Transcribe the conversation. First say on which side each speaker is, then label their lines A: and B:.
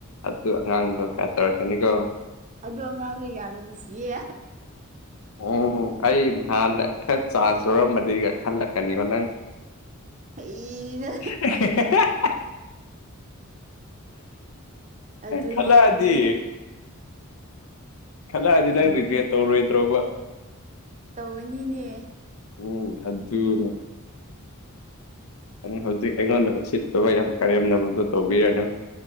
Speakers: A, on the left; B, on the right.
A: ꯑꯗꯨ ꯑꯉꯥꯡꯗꯣ ꯀꯌꯥ ꯇꯔꯀꯅꯤꯒꯣ
B: ꯑꯗꯣ ꯑꯉꯥꯡꯅ ꯌꯥꯝ ꯅꯨꯡꯁꯤꯌꯦ
A: ꯎꯝ ꯑꯩ ꯅꯍꯥꯟꯅ ꯈꯔ ꯆꯥꯟꯁ ꯂꯧꯔꯝꯕꯗꯤꯒ ꯈꯜꯂꯛꯀꯅꯤꯕ ꯅꯪ
B: ꯑꯩꯅ
A: <unintelligible>
B: ꯑꯗꯨꯅꯦ
A: ꯈꯦꯂꯗꯤ
B: ꯑꯗꯨꯅꯦ
A: ꯈꯜꯂꯛꯑꯗꯤ
B: ꯑꯗꯨꯅꯦ
A: ꯅꯪ ꯔꯤꯒ꯭ꯔꯦꯠ ꯇꯧꯔꯣꯏꯗ꯭ꯔꯣꯕ
B: ꯇꯧꯒꯅꯤꯅꯦ
A: ꯎꯝ ꯑꯗꯨꯅꯦ ꯍꯧꯖꯤꯛ ꯑꯩꯉꯣꯟꯗ ꯁꯤꯠꯇꯨꯒ ꯌꯥꯝ ꯀꯔꯦꯝꯅꯕꯗꯣ ꯇꯧꯕꯤꯔꯅꯨ